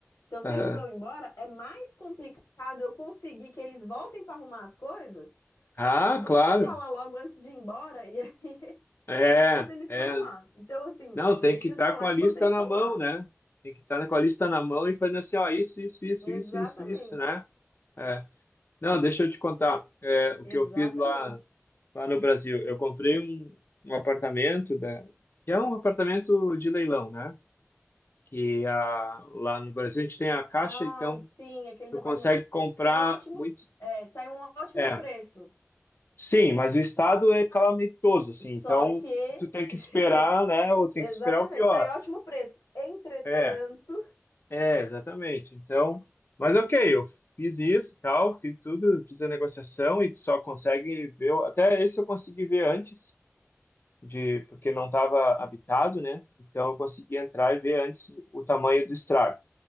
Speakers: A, on the left (about 80°); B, on the left (about 50°).
A: Então, se
B: Aham.
A: eles vão embora, é mais complicado eu conseguir que eles voltem pra arrumar as coisas
B: Ah,
A: do
B: claro,
A: que se eu falar logo antes de ir embora e aí, <laughs>
B: é,
A: enquanto eles
B: é,
A: estão lá. Então, assim,
B: não, tem
A: eu
B: que
A: preciso
B: estar
A: falar
B: com a
A: enquanto
B: lista
A: eles
B: na
A: estão
B: mão,
A: lá.
B: né? Tem que estar com a lista na mão e fazendo assim, ó, isso, isso, isso,
A: Exatamente.
B: isso, isso, isso, né? É. Não, deixa eu te contar, é, o
A: Exatamente.
B: que eu fiz lá, lá no Brasil. Eu comprei um, um apartamento, da, que é um apartamento de leilão, né? Que a, lá no Brasil a gente tem a Caixa,
A: Ai,
B: então
A: sim, aqueles
B: tu
A: apartamentos.
B: consegue comprar
A: Sai um ótimo,
B: muito.
A: é, sai um ótimo
B: É,
A: preço.
B: sim, mas o estado é calamitoso, assim,
A: Só
B: então
A: que.
B: tu tem que
A: <laughs>
B: esperar, né? Ou tem
A: Exatamente,
B: que esperar o pior.
A: sai ótimo preço. Entretanto.
B: É, é, exatamente. Então, mas ok, eu fiz isso, e tal, fiz tudo, fiz a negociação e tu só consegue ver. Até esse eu consegui ver antes. de porque não estava habitado, né? Então eu consegui entrar e ver antes o tamanho do estrago.